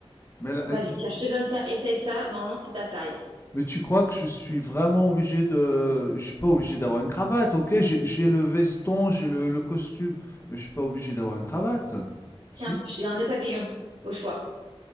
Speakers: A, on the left (about 25°); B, on the right (about 85°).
A: mais là,
B: Vas-y,
A: tu
B: tiens, je te donne ça. Essaye ça. Normalement, c'est ta taille.
A: mais tu crois que je suis vraiment obligé de je suis pas obligé d'avoir une cravate, OK, j'ai j'ai le veston, j'ai le le costume, mais je suis pas obligé d'avoir une cravate.
B: Tiens,
A: Si?
B: j'ai un nœud papillon au choix.